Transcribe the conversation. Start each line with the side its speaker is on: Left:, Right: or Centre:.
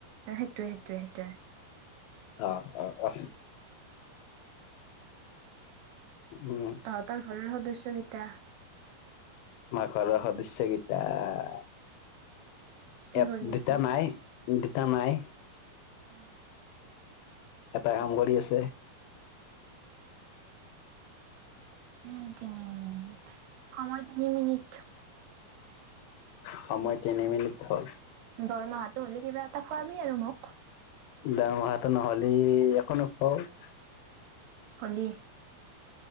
Right: সেইটোয়ে, সেইটোয়ে, সেইটোয়ে।
Left: অ', অ', অ' উম
Right: তহঁতৰ ঘৰৰ সদস্য কেইটা?
Left: আমাৰ <unintelligible>
Right: কি
Left: এ,
Right: কৰি
Left: দুটা
Right: আছে
Left: নাই। দুটা নাই।
Right: উম।
Left: এটা কাম কৰি আছে।
Right: <unintelligible> তিনি মিনিট সময় তিনি মিনিট।
Left: সময় তিনি মিনিট হ'ল।
Right: দৰমহাটো হ'লে কিবা এটা খোৱাবি আৰু মোক।
Left: দৰমহাটো নহ'লি <unintelligible>
Right: হলি